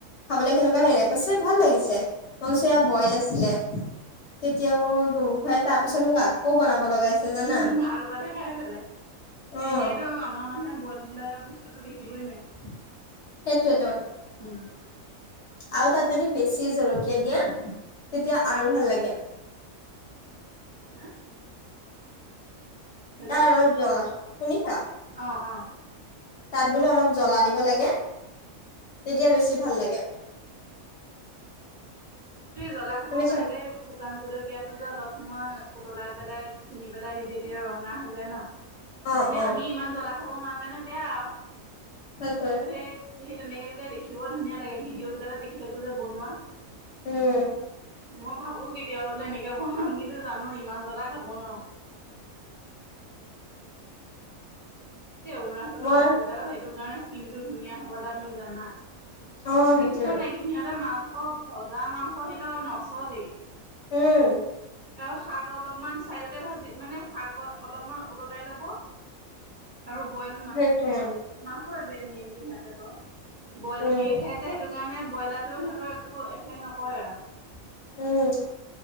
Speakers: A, on the left; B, on the right.
A: খবলে কেনেকুৱা লাগলে কৈছে ভাল লাগিছে ম
B: উম
A: চয়া বইল আছিলে তেতিয়াও বুবু খুৰাই তাৰ পিছত মোক আকৌ বনাব ব লগাইছে জানা
B: উম, ভাল পালে খাই পেলাই
A: অ',
B: এনেইতো আমাৰ মানুহে বইল বোলা বস্তুতো দেখিবই নোৱাৰে
A: সেইটোৱেটো
B: উম
A: আৰু তাত যদি বেছি জলকীয়া দিয়া তেতিয়া আৰু ভাল লাগে <inaudible>
B: হা হেল্ল'
A: তাৰ অলপ জ্বলা শুনিছা
B: অ অ
A: তাত বোলো অলপ জ্বলা দিব লাগে তেতিয়া বেছি ভাল লাগে
B: সেই জ্বলা খাব
A: শুনিছা
B: পাৰিলে শুকান জলকীয়াটো যে অলপ মই উতলাই পেলাই খুন্দি পেলাই দি দিয়ে ৰঙা হৈ যায় ন
A: অ
B: এতিয়া
A: অ
B: আমি ইমান জ্বলা খাব নোৱাৰা কাৰণে বেয়া আৰু
A: তে
B: কিন্তু সেই সেই তেনেকে তেতিয়া দেখিব ধুনীয়া লাগে ভিডিঅ' বিলাকত দেখি থাকো যে বনোৱা
A: উম
B: মই ভাবো কেতিয়াবা বোলে এনেকে বনাম কিন্তু জানো ইমান জ্বলা খাব নোৱাৰোঁ
A: <inaudible>
B: এ অৰুণাচলৰ
A: মই
B: মানুহ বিলাকৰ সেইটো কাৰণে স্ক্ৰীনটো ধুনীয়া হবলা তুমি জানা ন
A: অ সেইটোৱে
B: দেখিছ নেকি সিহঁতে মাৰে ব ভজা মাংস সেইটো নচলে
A: উম
B: আৰু শাক অলপমান চাইডতে ভাজি মানে শাক অলপমান উতলাই ল'ব আৰু বইল মাছ
A: সেইটোৱে
B: বা মাংস মাংস মেইনক সিহঁতে বাৰু বইল
A: উম
B: কে খাই যে সেইটো সেইকাৰণে ব্ৰইলাৰ টো সিহঁতৰ একো এফেক্ট নকৰে আৰু
A: উম